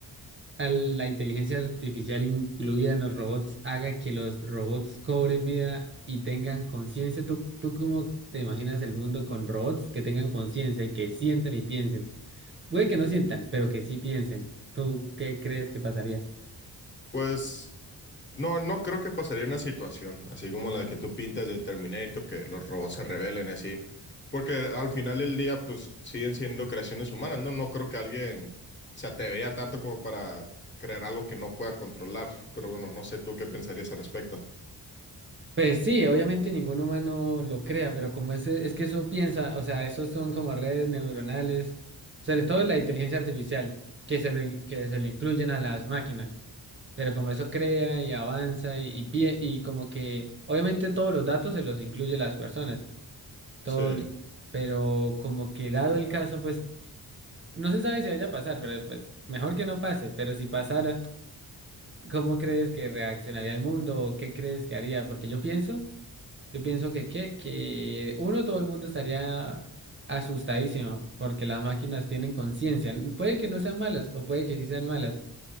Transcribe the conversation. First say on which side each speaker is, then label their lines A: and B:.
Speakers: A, on the right; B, on the left.
A: a la inteligencia artificial incluida en los robots haga que los robots cobren vida y tengan conciencia. ¿Tú, tú cómo te imaginas el mundo con robots que tengan conciencia y que sientan y piensen? Puede que no sientan, pero que sí piensen. ¿Tú qué crees que pasaría?
B: Pues no, no creo que pasaría una situación así como la que tú pintas de Terminator, que los robots se rebelen y así. Porque al final del día, pues siguen siendo creaciones humanas, ¿no? No creo que alguien se atrevería tanto como para crear algo que no pueda controlar. Pero bueno, no sé tú qué pensarías al respecto.
A: Pues sí, obviamente ningún humano lo crea, pero como es, es que eso piensa, o sea, esos son como redes neuronales, sobre todo la inteligencia artificial, que se lo, in- que se lo incluyen a las máquinas. Pero como eso crea y avanza y, y, pie- y como que, obviamente todos los datos se los incluye las personas, todo,
B: Sí,
A: lo- pero como que dado el caso, pues no se sabe si vaya a pasar, pero pues mejor que no pase, pero si pasara, ¿cómo crees que reaccionaría el mundo? o ¿Qué crees que haría? Porque yo pienso, yo pienso que, ¿qué? Que uno, todo el mundo estaría asustadísimo, porque las máquinas tienen conciencia, puede que no sean malas o puede que sí sean malas